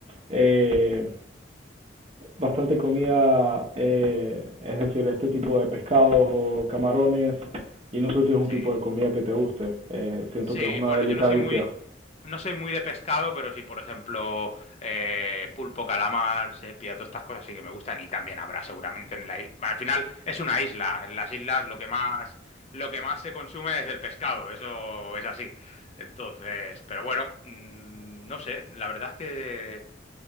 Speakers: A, on the right; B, on the left.
A: eh, bastante comida, eh, es decir, este tipo de pescados o camarones, y no sé si es un
B: sí,
A: tipo de comida que te guste, eh, siento
B: Sí,
A: que es una
B: bueno,
A: delicacia.
B: yo no soy muy, no soy muy de pescado, pero sí, por ejemplo, eh, pulpo, calamar, sepia, todas estas cosas sí que me gustan y también habrá seguramente en la isla. Al final es una isla, en las islas lo que más, lo que más se consume es el pescado, eso es así. Entonces, pero bueno, mm, no sé, la verdad es que